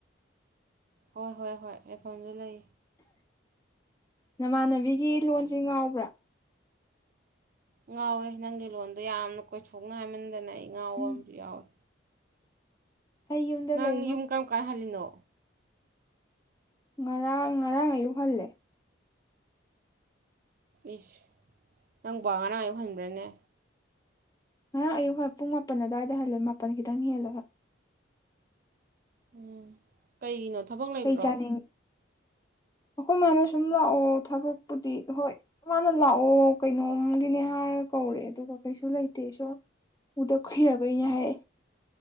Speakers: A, on the right; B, on the left.
A: ꯍꯣꯏ ꯍꯣꯏ ꯍꯣꯏ ꯂꯦꯏꯐꯝꯗꯨꯗꯥ ꯂꯩ
B: ꯅꯃꯥꯟꯅꯕꯤꯒꯤ ꯂꯣꯟꯁꯦ ꯉꯥꯎꯕ꯭ꯔꯥ
A: ꯉꯥꯎꯋꯦ ꯅꯪꯒꯤ ꯂꯣꯟꯗꯣ ꯌꯥꯝꯅ ꯀꯣꯏꯊꯣꯛꯅ ꯍꯥꯏꯃꯟꯗꯅ ꯑꯩ ꯉꯥꯎꯕ
B: ꯎꯝ
A: ꯑꯃꯨ ꯌꯥꯎꯋꯦ
B: ꯑꯩ ꯌꯨꯝꯗ
A: ꯅꯪ
B: ꯂꯩꯉꯣ
A: ꯌꯨꯝ ꯀꯔꯝ ꯀꯥꯟ ꯍꯜꯂꯤꯅꯣ
B: ꯉꯔꯥꯡ ꯉꯔꯥꯡ ꯑꯌꯨꯛ ꯍꯜꯂꯦ
A: ꯏꯁꯁ ꯅꯪ ꯋꯥꯉꯅ ꯌꯧꯍꯟꯕ꯭ꯔꯥꯅꯦ
B: ꯉꯔꯥꯡ ꯑꯌꯨꯛ ꯍꯣꯏ ꯄꯨꯡ ꯃꯥꯄꯟ ꯑꯋꯥꯏꯗ ꯍꯜꯂꯦ ꯃꯥꯄꯜ ꯈꯤꯇꯪ ꯍꯦꯜꯂꯒ
A: ꯎꯝ ꯀꯩꯒꯤꯅꯣ ꯊꯕꯛ ꯂꯩꯕ꯭ꯔꯣ
B: ꯀꯩ ꯆꯥꯅꯤꯡ ꯑꯩꯈꯣꯏ ꯃꯥꯅ ꯁꯨꯝ ꯂꯥꯛꯑꯣ ꯊꯕꯛꯄꯨꯗꯤ ꯍꯣꯏ ꯃꯥꯅ ꯂꯥꯛꯑꯣ ꯀꯩꯅꯣꯝꯒꯤꯅꯤ ꯍꯥꯏꯔ ꯈꯔ ꯀꯧꯔꯦ ꯑꯗꯨꯒ ꯀꯩꯁꯨ ꯂꯩꯇꯦꯁꯨ ꯎꯗ ꯀꯨꯏꯔꯕꯩꯅꯦ ꯍꯥꯏ